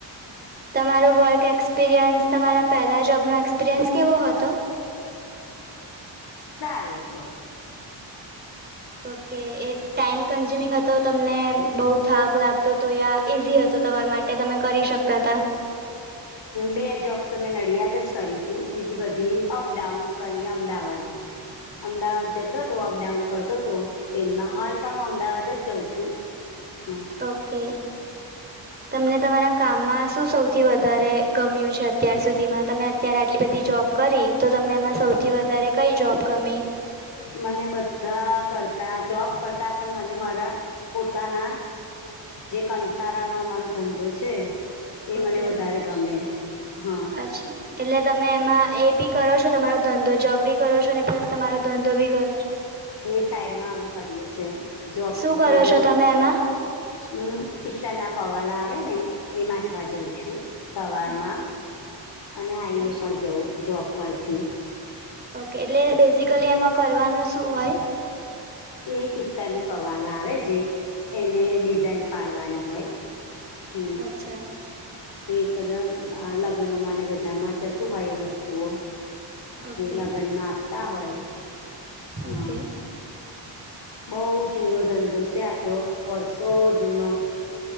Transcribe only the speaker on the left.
સારું હતો
બે જોબ તો મેં નડિયાદ જ કરી હતી બીજી બધી અપડાઉન કરીને અમદાવાદ અમદાવાદ જતો હતો અપડાઉન કરતો હતો ટ્રેનમાં હાલ પણ હું અમદાવાદ જ જાઉં છું હં
મને બધા કરતા જોબ કરતાં પણ મને મારા પોતાના જે કંસારાનો અમારો ધંધો છે એ
મને વધારે ગમે હા.
હે સાઈડમાં અમે કરીએ છે જોબ
ઉપર
જવું.
હમ પિતર ના પવાલા આવે ને એ માંઠવા જઉં છું. સવારમાં
અને આવીને
પણ જવું જોબ પરથી
એ પિત્તરની પવાલા આવે છે. એને ડિઝાઇન પાડવાની હોય હું
કે બધા લગનોમાં ને બધામાં જતું હોય વસ્તુઓ.
જે લગનમાં આપતા હોય હા
બોવ જૂનો ધંધો છે આ તો વર્ષો જૂનો.